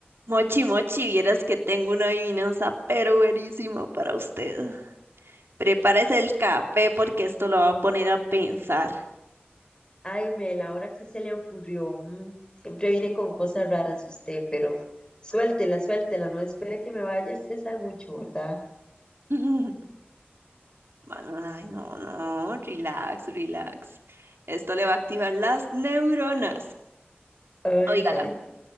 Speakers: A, on the right; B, on the left.
A: Mochi, mochi, vieras que tengo una adivinanza pero buenísima para usted. Prepárese el café porque esto lo va a poner a pensar.
B: Ay, Mel, ahora qué se le ocurrió. Mm, siempre viene con cosas raras usted, pero suéltela, suéltela, no espere que me vaya a estresar mucho, ¿verdad?
A: <laughs> Mano, Ay, no, no, relax, relax. Esto le va a activar las neuronas.
B: Ay,
A: Óigala,
B: ay, ay.